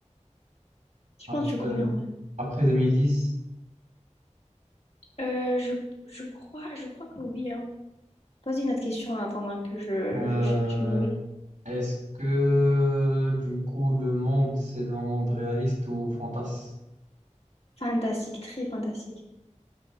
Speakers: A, on the left; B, on the right.
A: Je
B: ap-
A: pense que je connais
B: euh,
A: en vrai.
B: après 2010.
A: Euh, je, je crois, je crois que oui, hein. Pose une autre question en attendant que je,
B: Euh,
A: je cherche, mais oui.
B: est-ce que du coup le monde c'est un monde réaliste ou fantasme
A: Fantastique, très fantastique.